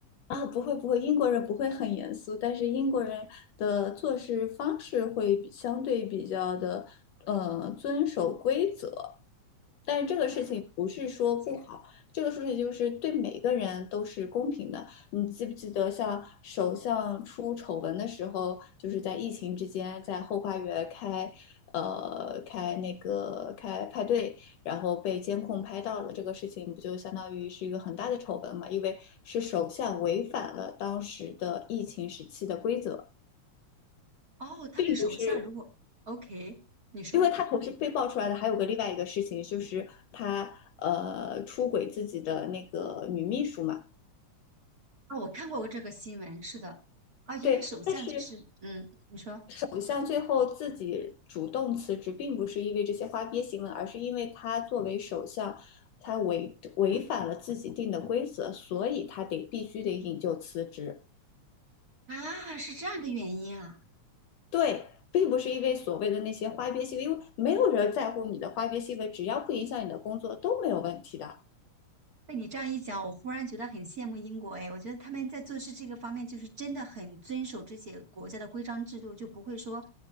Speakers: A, on the left (about 70°); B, on the right (about 35°).
A: 啊，不会不会，英国人不会很严肃，但是英国人的做事方式会比相对比较的，呃，遵守规则。但是这个事情不是说不好，
B: 啊，了解。
A: 这个事情就是对每个人都是公平的。你记不记得，像首相出丑闻的时候，就是在疫情之间，在后花园开，呃，开那个开派对，然后被监控拍到了，这个事情不就相当于是一个很大的丑闻嘛？因为是首相违反了当时的疫情时期的规则，
B: 哦，他们首相如果
A: 并不是，
B: OK，你说
A: 因为他同时被爆出来的还有个另外一个事情，就是他呃出轨自己的那个女秘书嘛。
B: 啊，我看过这个新闻，是的，啊，原来首相就是嗯，
A: 对，但是
B: 你说
A: 首相最后自己主动辞职，并不是因为这些花边新闻，而是因为他作为首相，他违违反了自己定的规则，所以他得必须得引咎辞职。
B: 啊，是这样个原因啊。
A: 对，并不是因为所谓的那些花边新闻，因为没有人在乎你的花边新闻，只要不影响你的工作都没有问题的。
B: 被你这样一讲，我忽然觉得很羡慕英国哎，我觉得他们在做事这个方面就是真的很遵守这些国家的规章制度，就不会说